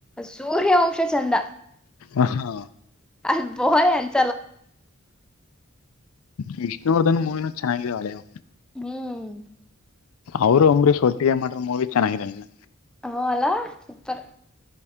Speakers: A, in the centre; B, on the left (about 70°).
A: ಸೂರ್ಯವಂಶ ಚಂದ
B: ಹಾ.
A: ಅದ. <unintelligible>
B: <inaudible> ವಿಷ್ಣುವರ್ಧನ್ ಮೂವಿನೂ ಚೆನ್ನಾಗಿದಾವ ಹಳೆವ.
A: ಹ್ಮ್
B: ಅವರು ಅಂಬ್ರಿಶ್ ಒಟ್ಟಿಗೆ ಮಾಡಿರೋ ಮೂವಿ. ಚೆನ್ನಾಗಿದಾವ ಇನ್ನ.
A: ಹಾ ಅಲ್ಲಾ ಸೂಪರ್